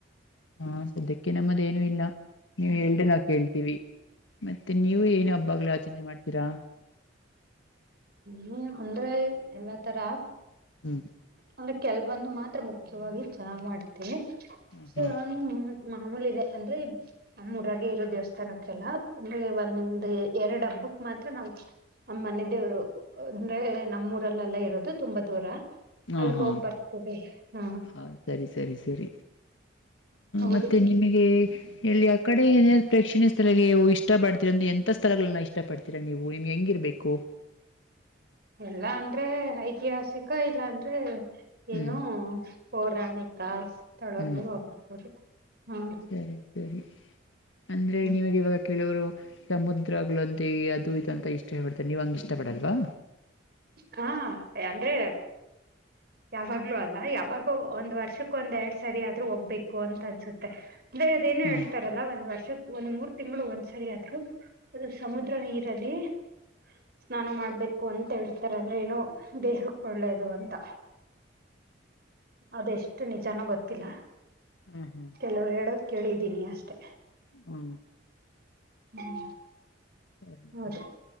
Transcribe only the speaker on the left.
ಹಾ ಸದ್ಯಕ್ಕೆ ನಮ್ಮದು ಏನು ಇಲ್ಲ ನೀವ್ ಹೇಳ್ದರೇ ನಾವ್ ಕೇಳ್ತೀವಿ. ಮತ್ತೆ ನೀವು ಏನೂ ಹಬ್ಬಗಳು ಆಚರಣೆ ಮಾಡ್ತೀರಾ.
ಹ್ಮ್
ಹಾಂ ಹಾಂ
ಹಾಂ
ಹಾಂ
ಹಾಂ ಸರಿ ಸರಿ ಸರಿ
ಮತ್ತು ನಿಮಗೆ ಎಲ್ಲಿ ಆ ಕಡೆ ಏನ್ ಪ್ರೇಕ್ಷಣೀ ಸ್ಥಳದಲ್ಲ್ ನೀವು ಇಷ್ಟ ಪಡ್ತೀರ ಅಂದ್ರೆ ಎಂತ ಸ್ಥಳಗಳನ್ನ ಇಷ್ಟ ಪಡ್ತೀರಾ ನೀವು ನಿಮ್ಗೆ ಹೆಂಗಿರ್ಬೇಕು.
ಹ್ಞೂ
ಹ್ಞೂ
ಸರಿ ಸರಿ ಅಂದರೆ
ನಿಮಗೆ ಇವಾಗ ಕೇಳೋರು. ಸಮುದ್ರಗಳೊಂತೆ ಅದು ಇದು ಅಂತ ಇಷ್ಟ ಪಡತಾರೆ ನೀವು ಹಂಗೆ ಇಷ್ಟ ಪಡಲ್ವಾ.
ಹ್ಞೂ
ಹ್ಮ್ ಹ್ಮ್
ಹ್ಮ
ಸರಿ
ಸರಿ